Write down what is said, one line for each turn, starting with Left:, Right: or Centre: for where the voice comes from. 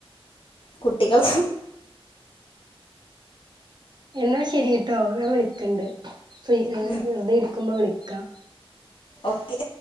Left: കുട്ടികൾ പ
Right: എന്നാ ശരിട്ടോ ഞാൻ വിളിക്കണ്ട് ഫ്രീ
Left: ഉം
Right: വെറുതെ ഇരിക്കുമ്പോ വിളിക്കാം
Left: ഓക്കെ